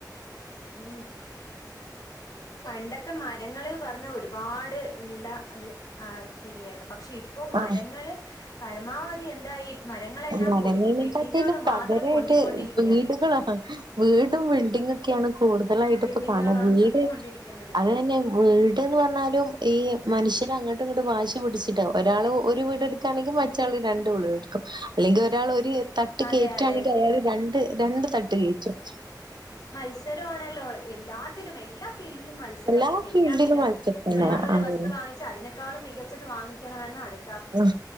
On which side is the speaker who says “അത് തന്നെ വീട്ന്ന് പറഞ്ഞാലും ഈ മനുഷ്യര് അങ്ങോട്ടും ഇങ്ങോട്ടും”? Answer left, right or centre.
Right